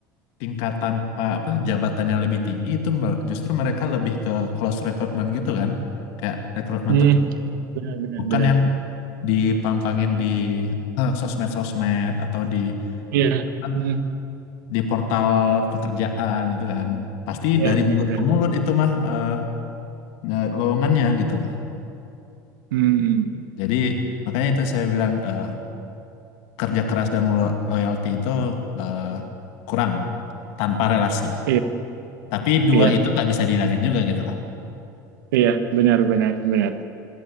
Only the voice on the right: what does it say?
Hmm.
Benar benar
benar.
Iya,
hmm,
iya
benar-benar.
Hmm,
iya,
iya,
iya, benar-benar, benar.